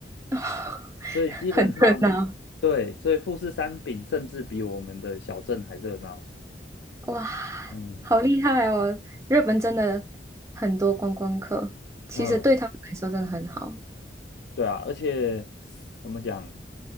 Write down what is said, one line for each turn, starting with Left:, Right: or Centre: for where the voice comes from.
Right: <laughs>
Left: 所以基本上
Right: 很热闹，
Left: 对，所以富士山顶甚至比我们的小镇还热闹。
Right: 哇，
Left: 嗯
Right: 好厉害哦！日本真的很多观光客，其实对他们来说真的很好。
Left: 嗯，对啊，而且怎么讲，